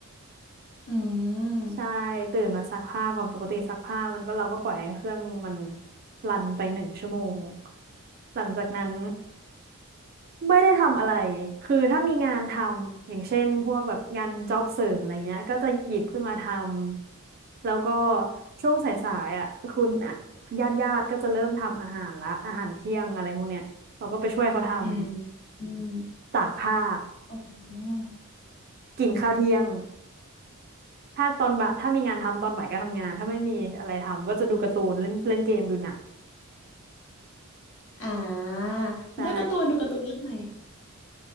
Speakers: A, on the left; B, on the right.
A: อืม
B: ใช่ตื่นมาซักผ้าก่อนปกติซักผ้ามันก็เราก็ปล่อยให้เครื่องมันรันไปหนึ่งชั่วโมงหลังจากนั้นไม่ได้ทำอะไรคือถ้ามีงานทำอย่างเช่นพวกแบบงานจ็อบเสริมอะไรเงี้ยก็จะหยิบขึ้นมาทำแล้วก็ช่วงสายๆอ่ะคุณญาติญาติๆก็จะเริ่มทำอาหารละอาหารเที่ยงอะไรพวกเนี้ยเราก็ไปช่วยเขาทำ
A: อืมอืม
B: ตากผ้า
A: อ๋อ
B: กินข้าวเที่ยงถ้าตอนบ่ายถ้ามีงานทำตอนบ่ายก็ทำงานถ้าไม่มีอะไรทำก็จะดูการ์ตูนเล่นเล่นเกมดูหนัง
A: อ่าแล้วการ์ตูนดูการ์ตูนเรื่องอะไรอ่ะ
B: ใช่